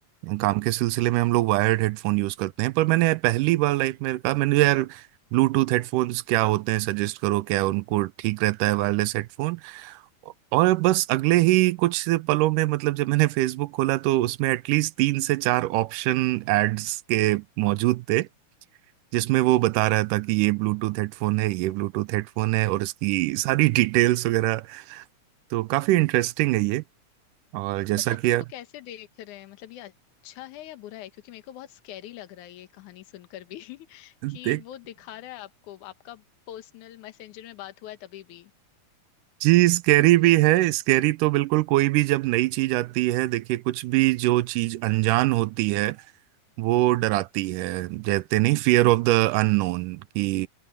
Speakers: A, on the right (about 85°); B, on the left (about 70°).
A: काम के सिलसिले में हम लोग वायर्ड हेडफोन यूज करते हैं पर मैंने पहली बार लाइफ में कहा मैंने यार ब्लूटूथ हेडफोन्स क्या होते हैं सजेस्ट करो क्या उनको ठीक रहता है वायरलेस हेडफोन और बस अगले ही कुछ पलों में मतलब जब मैंने फेसबुक खोला तो उसमें एटलीस्ट तीन से चार ऑप्शन एड्स के मौजूद थे जिसमें वो बता रहा था कि ये ब्लूटूथ हेडफोन है ये ब्लूटूथ हेडफोन है और इसकी सारी डिटेल्स वगैरह तो काफी इंटरेस्टिंग है ये और जैसा
B: बट आप
A: कि
B: इसको
A: आप
B: कैसे देख रहे हैं मतलब ये अच्छा है या बुरा है क्योंकि मेरे को बहुत स्कैरी लग रहा है ये कहानी सुनकर भी <laughs> कि
A: देख
B: वो दिखा रहा है आपको आपका पर्सनल मैसेंजर में बात हुआ है तभी भी
A: जी स्कैरी भी है स्कैरी तो बिल्कुल कोई भी जब नई चीज आती है देखिए कुछ भी जो चीज अनजान होती है वो डराती है कहते नहीं फियर ऑफ द अननोन कि